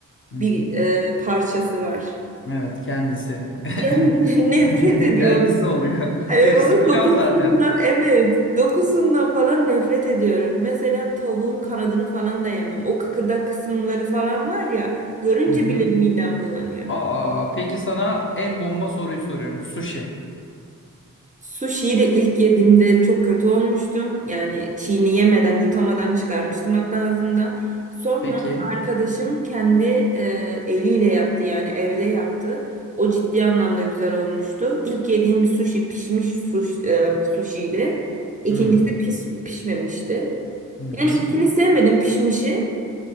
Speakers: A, on the left; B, on the right.
A: Hı hı.
B: Bir e, parçası var.
A: Evet kendisi.
B: Yani
A: <laughs>
B: <laughs> nefret
A: Midyenin
B: ediyorum.
A: kendisi oluyor.
B: E,
A: Gerisi
B: onun
A: pilav
B: dokusundan
A: zaten.
B: evet. Dokusundan falan nefret ediyorum. Mesela tavuğun kanadını falan da yemem. O kıkırdak kısımları falan var ya. Görünce
A: Hı hı.
B: bile midem bulanıyor.
A: Aa, peki sana en bomba soruyu soruyorum. Sushi.
B: Sushi'yi de ilk yediğimde çok kötü olmuştum. Yani çiğneyemeden, yutamadan çıkarmıştım hatta ağzımdan. Sonra
A: Peki.
B: arkadaşım kendi e, eliyle yaptı yani evde yaptı. O ciddi anlamda güzel olmuştu. İlk yediğim sushi pişmiş suş, e, sushi'ydi. İkincisi
A: Hmm.
B: pis, pişmemişti.
A: Hı
B: Yani
A: hı.
B: ilkini sevmedim pişmişi